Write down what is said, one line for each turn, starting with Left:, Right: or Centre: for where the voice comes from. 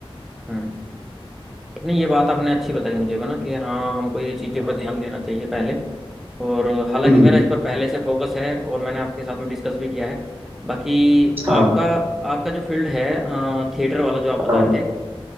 Centre: हम्म। नहीं ये बात आपने अच्छी बताई मुझे ना कि हाँ हमको ये चीज़ों पर ध्यान देना चाहिए पहले और हालांकि
Right: हम्म
Centre: मेरा इस पर पहले से फोकस है और मैंने आपके साथ में डिस्कस भी किया है बाकी
Right: हाँ
Centre: आपका आपका जो फील्ड है थिएटर वाला जो आप बता
Right: हाँ
Centre: रहे थे